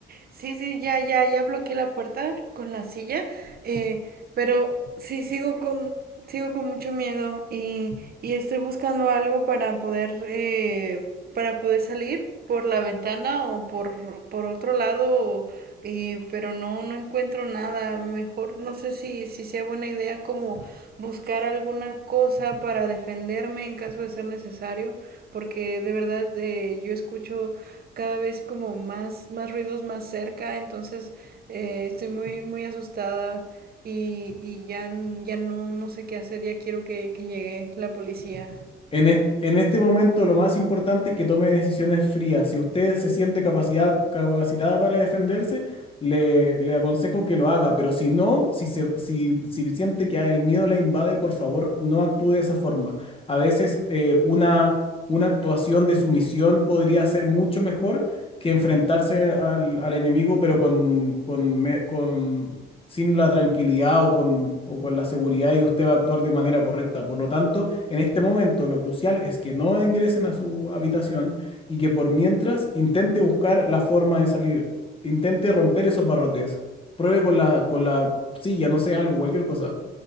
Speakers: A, on the right; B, on the left.
A: sí, sí, ya, ya, ya bloqueé la puerta con la silla, eh, pero sí sigo con, sigo con mucho miedo y, y estoy buscando algo para poder, eh, para poder salir por la ventana o por, por otro lado, y, pero no, no encuentro nada. Mejor no sé si, si sea buena idea como buscar alguna cosa para defenderme en caso de ser necesario, porque de verdad eh, yo escucho cada vez como más, más ruidos más cerca, entonces eh, estoy muy, muy asustada y, y ya, ya no, no sé qué hacer, ya quiero que, que llegue la policía.
B: En est- en este momento lo más importante es que tome decisiones frías. Si usted se siente capacidad, capacitada para defenderse, le, le aconsejo que lo haga, pero si no, si, se, si, si siente que el miedo la invade, por favor, no actúe de esa forma. A veces eh, una, una actuación de sumisión podría ser mucho mejor que enfrentarse al, al enemigo, pero con, con, me- con, sin la tranquilidad o con, o con la seguridad de que usted va a actuar de manera correcta. Por lo tanto, en este momento, lo crucial es que no ingresen a su habitación y que por mientras intente buscar la forma de salir. Intente romper esos barrotes. Pruebe con la, con la silla, no sé, algo, cualquier cosa.